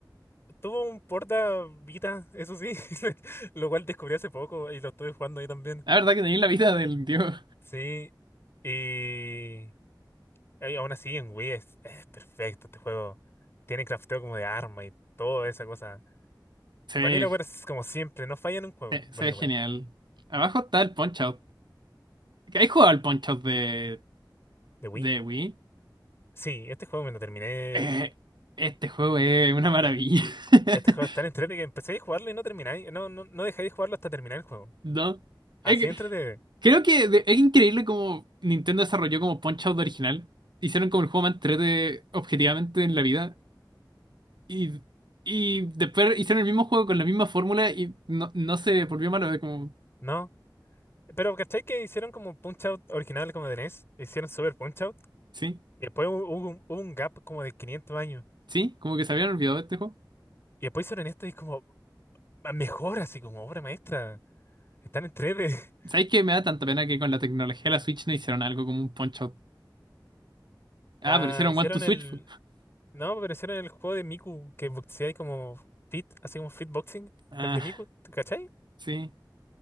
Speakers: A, on the left; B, on the right.
A: tuvo un porta Vita, eso sí, <laughs> lo cual descubrí hace poco y lo estuve jugando ahí también.
B: La verdad que tenéis la vida del dios.
A: Sí. Y, y aún así en Wii es, es perfecto este juego. Tiene crafteo como de arma y toda esa cosa.
B: Se
A: Vanillaware
B: ve,
A: es como siempre, no falla en un juego,
B: se,
A: Vanillaware.
B: se ve genial. Abajo está el Punch-Out. ¿Has jugado al Punch-Out de,
A: ¿De Wii?
B: de Wii?
A: Sí, este juego me lo terminé.
B: Eh, este juego es una maravilla. <laughs>
A: Este juego es tan entretenido que empezáis a jugarlo y no termináis. No, no, no dejáis de jugarlo hasta terminar el juego.
B: ¿No?
A: Así
B: Es que
A: entretenido.
B: Creo que de- es increíble cómo Nintendo desarrolló como Punch-Out original. Hicieron como el juego más entrete objetivamente en la vida. Y, y después hicieron el mismo juego con la misma fórmula y no, no se volvió malo. es Como,
A: No. Pero ¿cachai que hicieron como Punch Out original como de NES? Hicieron Super Punch Out.
B: sí,
A: Y después hu- hubo un, hubo un gap como de 500 años.
B: sí, como que se habían olvidado de este juego.
A: Y después hicieron esto y es como ma- mejor, así como obra maestra. Están entretenidos. <laughs>
B: sabes que me da tanta pena que con la tecnología de la Switch no hicieron algo como un Punch-Out?
A: Ah,
B: Ah, pero hicieron
A: hicieron
B: One to Switch.
A: el.
B: po.
A: No, pero hicieron el juego de Miku que boxeáis como fit, así como fit boxing.
B: Ah,
A: El de Miku, ¿cachai?
B: sí.